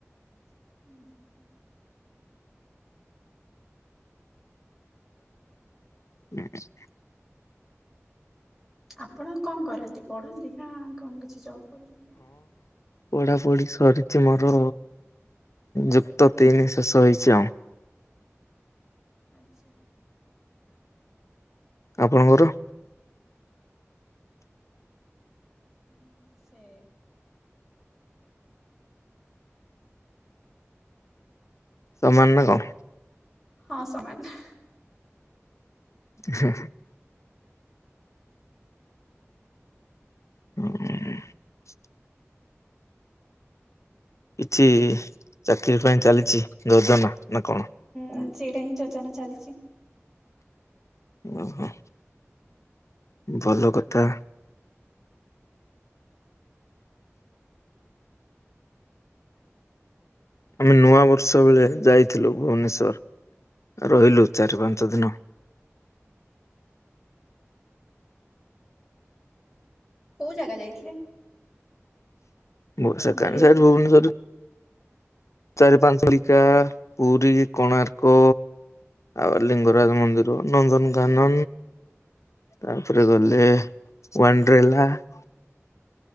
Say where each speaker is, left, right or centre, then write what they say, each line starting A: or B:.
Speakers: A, in the centre; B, on the left.
A: <inaudible> <inaudible>
B: <inaudible>
A: ଆପଣ କଣ କରନ୍ତି ପଢନ୍ତି ନା କଣ କିଛି ଜବ କରୁଛନ୍ତି?
B: ପଢା ପଢି ସରିଛି ମୋର ଯୁକ୍ତ ତିନି ଶେଷ ହେଇଛି ଆଉ।
A: ଆଚ୍ଛା।
B: ଆପଣଙ୍କର?
A: ହଁ ସେଇ
B: ସମାନ ନା କଣ?
A: ହଁ ସମାନ।
B: ହେଁ ହେଁ ହେଁ। <inaudible> କିଛି ଚାକିରି ପାଇଁ ଚାଲିଚି ଯୋଜନା। ନା କଣ
A: ହୁଁ ସେଇଟା ହିଁ ଯୋଜନା ଚାଲିଚି।
B: ଓହୋ ଭଲ କଥା। ଆମେ ନୂଆ ବର୍ଷ ବେଳେ ଯାଇଥିଲୁ ଭୁବନେଶ୍ଵର। ରହିଲୁ ଚାରି ପାଞ୍ଚ ଦିନ।
A: କୋଉ ଜାଗା ଯାଇଥିଲେ?
B: <unintelligible> ସେ
A: ବୁଲିବାକୁ
B: ଭୁନେଶ୍ଵରରେ ଚାରି ପାଞ୍ଚଳିକା ପୁରୀ କୋଣାର୍କ ଆଉ ଲିଙ୍ଗରାଜ ମନ୍ଦିର ନନ୍ଦନ କାନନ ତାପରେ ଗଲେ ୱାଣ୍ଡ୍ରେଲା। <inaudible>